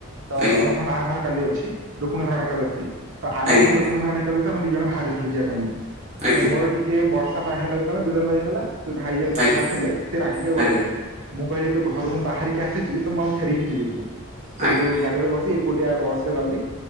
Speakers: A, on the right; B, on the right.
A: ତ
B: ଆଜ୍ଞା
A: ଜଗନ୍ନାଥଙ୍କ ବାହାଘର କାଲି ଅଛି ରୁକ୍ମଣୀ ହରଣ ଏକାଦଶୀ ତ ଆର
B: ଆଜ୍ଞା
A: ବର୍ଷ ରୁକ୍ମଣୀ ହରଣ ଏକାଦଶୀ ଆମେ ଦି ଜଣ ବାହାରିଥିଲୁ ଯିବା ପାଇଁ କି
B: ଆଜ୍ଞା
A: ତ ମୋର ଟିକେ ବର୍ଷା ପାଇ ହେଲା ଯେବେଳେ ବିଳମ୍ବ ହେଇଗଲା। ସେ ଭାଇ ଯେ ବାହାରି
B: ଆଜ୍ଞା
A: ଥିଲେ ସେ ରାଗିକ ଗଲେନି।
B: ଆଜ୍ଞା
A: ମୁଁ କହିଲି ତୁ ଘରୁକୁ ବାହାରିକି ଆସିଚି ତ ମୁଁ ଆଉ ଫେରିକି ଯିବିନି ସେଇଠୁ
B: ଆଜ୍ଞା
A: ଗାଡିରେ ବସି ଏକୁଟିଆ ବସ ରେ ଗଲି